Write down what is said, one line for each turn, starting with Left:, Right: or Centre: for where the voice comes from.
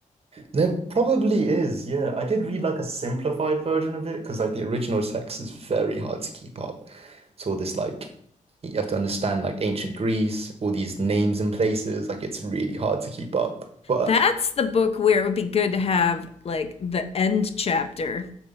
Right: There probably is, yeah. I did read like a simplified version of it because like the original text is very hard to keep up. It's all this like you have to understand like ancient Greece, all these names and places, like it's really hard to keep up. But
Left: That's the book where it would be good to have like the end chapter